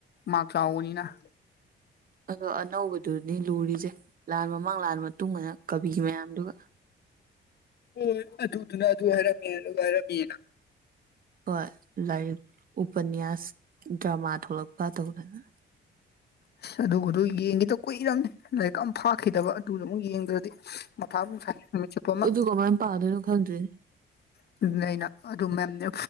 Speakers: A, on the left (about 55°); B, on the right (about 45°).
A: ꯃꯥꯛ ꯆꯥꯎꯕꯅꯤꯅ <inaudible>
B: ꯑꯒꯣ ꯑꯅꯧꯕꯗꯨꯅꯤ ꯂꯨꯔꯤꯁꯦ ꯂꯥꯟ ꯃꯃꯥꯡ ꯂꯥꯟ ꯃꯇꯨꯡꯑꯅ ꯀꯕꯤ ꯃꯌꯥꯝꯗꯨꯒ
A: ꯍꯣꯏ ꯑꯗꯨꯗꯨꯅ ꯑꯗꯨ ꯍꯥꯏꯔꯝꯃꯦ ꯑꯗꯨ ꯍꯥꯏꯔꯝꯃꯦꯅ
B: ꯍꯣꯏ ꯂꯥꯏꯔꯤꯛ ꯎꯄꯅꯤꯌꯥꯁ ꯗ꯭ꯔꯃꯥ ꯊꯣꯛꯂꯛꯄ ꯇꯧꯗꯅ
A: ꯑꯁ ꯑꯗꯨꯒꯗꯨ ꯌꯦꯡꯒꯤꯗ ꯀꯨꯏꯔꯝꯅꯤ ꯂꯥꯏꯔꯤꯛ ꯑꯝ ꯐꯥꯛꯈꯤꯗꯕ ꯑꯗꯨꯖꯨ ꯑꯃꯨꯛ ꯌꯦꯡꯗ꯭ꯔꯗꯤ ꯃꯊꯥꯕꯨ ꯁꯥꯏ ꯅꯨꯃꯤꯠ ꯆꯨꯞꯄ ꯑꯃꯥ
B: ꯑꯗꯨ ꯀꯃꯥꯏꯅ ꯄꯥꯗꯣꯏꯅꯣ ꯈꯪꯗ꯭ꯔꯦꯅꯦ
A: ꯑꯗꯨꯅꯦ ꯑꯩꯅ ꯑꯗꯨ ꯃꯦꯝꯅꯦ